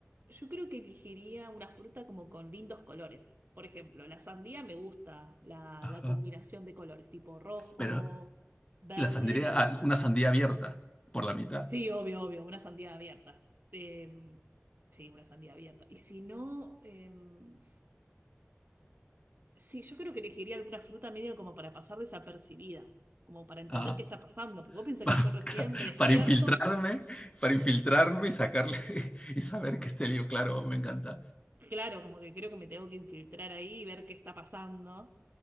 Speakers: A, on the right; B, on the left.
A: yo creo que elegiría una fruta como con lindos colores. Por ejemplo, la sandía me gusta, la,
B: Ajá.
A: la combinación de colores, tipo rojo,
B: Pero
A: verde,
B: la sandía,
A: me gusta.
B: ah, una sandía abierta por la mitad.
A: Sí, obvio, obvio, una sandía abierta. Em, sí, una sandía abierta. Y si no, em, sí, yo creo que elegiría alguna fruta medio como para pasar desapercibida, como para entender
B: Ah,
A: qué está pasando. Porque
B: <laughs>
A: vos pensás
B: pa-
A: que yo recién me despierto.
B: para, infiltrarme, para infiltrarme y sacarle <laughs> y saber que este lío, claro, me encanta.
A: Claro, como que creo que me tengo que infiltrar ahí y ver qué está pasando,